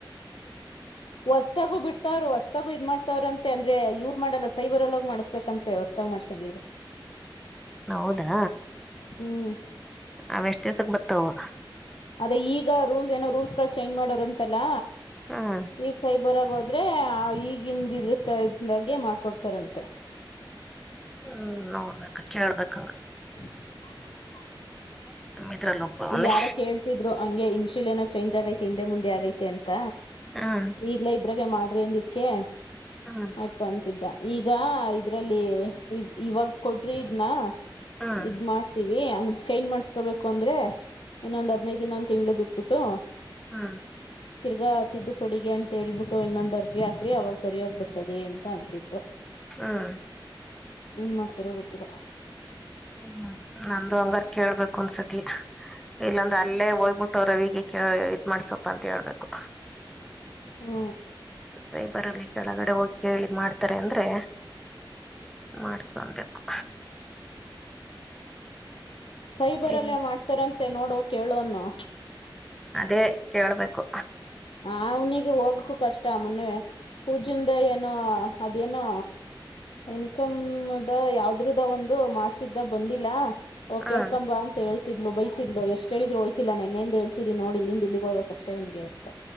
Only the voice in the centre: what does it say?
ಹೌದಾ
ಅವ ಎಷ್ಟ್ ದಿವ್ಸಕ್ಕೆ ಬರ್ತಾವ?
ಹ್ಮ್
ಹ್ಮ್ ನೋಡ್ಬೇಕ ಕೇಳ್ಬೇಕ.
<unintelligible> ಒಬ್ಬವನೆ
ಹ್ಮ್
ಹ್ಮ್
ಹ್ಮ್
ಹಾ
ಹ್ಮ್
ಹ್ಮ್ ನಂದುು ಹಂಗಾರ್ ಕೇಳ್ಬೇಕು ಒನ್ಸತಿ. ಇಲ್ಲಾಂದ್ರೆ ಅಲ್ಲೇ ಹೋಗ್ಬಿಟ್ಟವ್ ರವಿಗೆ ಇದ್ ಮಾಡ್ಸೊಪ್ಪ ಅಂತ ಹೇಳ್ಬೇಕು.
ಸೈಬರ್ ಅಲ್ಲಿ ಕೆಳಗಡೆ ಹೋಗಿ ಕೇಳಿ ಮಾಡ್ತಾರೆ, ಅಂದ್ರೆ ಮಾಡಸ್ಕೊಬೇಕು.
ಇಲ್
ಅದೇ ಕೇಳ್ಬೇಕು.
ಹ್ಮ್